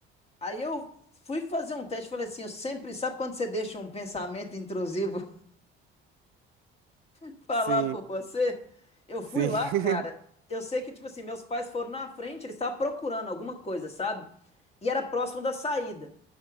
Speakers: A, on the left; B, on the right.
A: Aí eu fui fazer um teste, falei assim, eu sempre, sabe quando você deixa um pensamento intrusivo <laughs> falar
B: Sim,
A: por você? Eu fui
B: sim.
A: lá,
B: <laughs>
A: cara. Eu sei que, tipo assim, meus pais foram na frente, eles estavam procurando alguma coisa, sabe? E era próximo da saída.